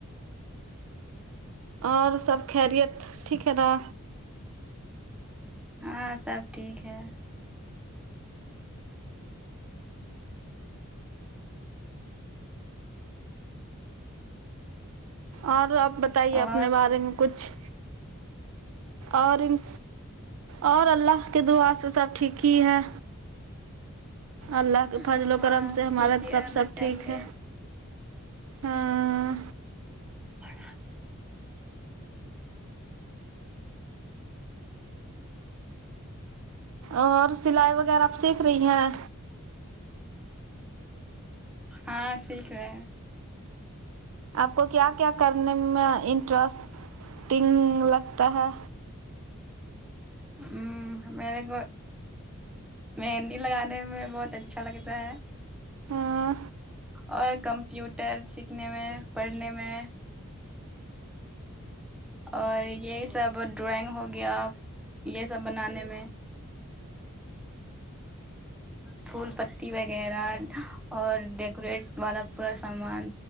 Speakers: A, on the right; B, in the centre.
A: اور سب خیریت ٹھیک ہے نا
B: ہاں سب ٹھیک ہے
A: اور آپ بتائیے
B: اور
A: اپنے بارے میں کچھ اور ان اور اللہ کے دعا سے سب ٹھیک ہی ہے اللہ کے فضل
B: ہاں
A: و کرم سے ہمارا
B: ٹھیک ہی
A: طرف
B: رہنا
A: سب
B: چاہیے
A: ٹھیک ہے ہاں
B: <unintelligible>
A: اور سلائی وغیرہ آپ سیکھ رہی ہیں
B: ہاں سیکھ رہ ہے
A: آپ کو کیا کیا کرنے میں انٹریسٹنگ لگتا ہے
B: ہ میرے کو مہندی لگانے میں بہت اچھا لگتا ہے
A: ہاں
B: اور کمپیوٹر سیکھنے میں پڑھنے میں اور یہی سب ڈرائنگ ہو گیا یہ سب بنانے میں پھول پتی وغیرہ اور ڈیکوریٹ والا پورا سامان